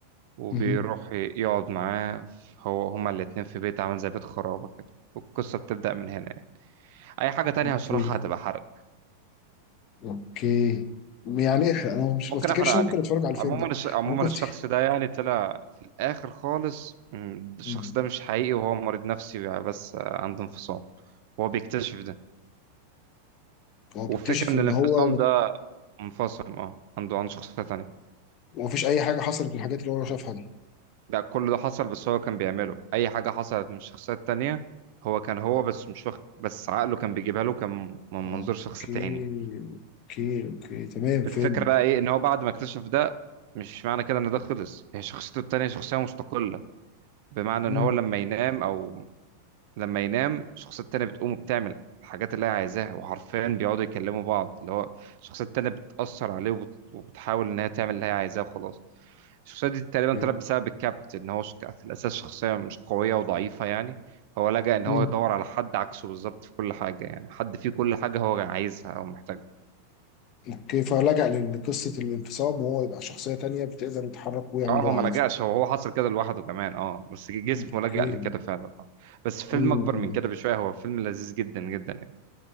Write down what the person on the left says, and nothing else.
مه.
اوكي
اوكي يعني إح- انا مش
بفتكرش
إن انا ممكن اتفرج على الفيلم
ده
انا ممكن افتكر
مم.
هو بيكتشف
ان
هو
ما فيش اي حاجه حصلت من الحاجات اللي هو شافها دي
اوكي
اوكي اوكي تمام فهم
مم.
اوكي
مم.
اوكي فلجأ لقصه الانفصام وهو يبقى شخصيه تانية بتقدر يتحرك ويعمل
اللي هو
عايزه
اوكي
مم.